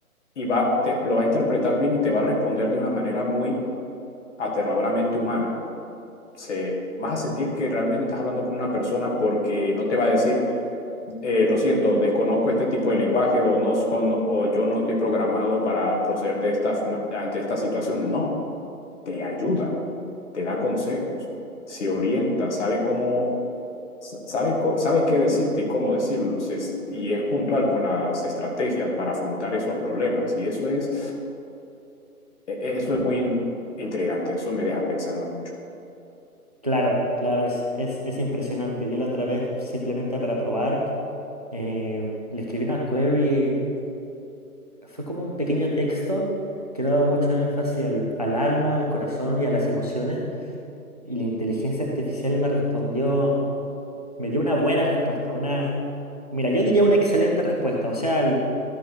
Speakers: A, on the left; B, on the right.
A: y va, te, lo va a interpretar bien y te va a responder de una manera muy aterradoramente humana. Se, vas a sentir que realmente estás hablando con una persona porque no te va a decir, eh, lo siento, desconozco este tipo de lenguaje o, no, o yo no estoy programado para proceder de esta, ante esta situación. No, te ayuda, te da consejos, se orienta, sabe cómo, sabe, sabe qué decirte y cómo decirlo, se, y es puntual con las estrategias para afrontar esos problemas. Y eso es E- Eso es muy intrigante, eso me deja pensando mucho.
B: Claro, claro, es, es, es impresionante. Yo la otra vez, simplemente para probar, eh, le escribí una query, fue como un pequeño texto que daba mucho énfasis al, al alma, al corazón y a las emociones, y la inteligencia artificial me respondió, me dio una buena respuesta, una... Mira, yo diría una excelente respuesta. O sea,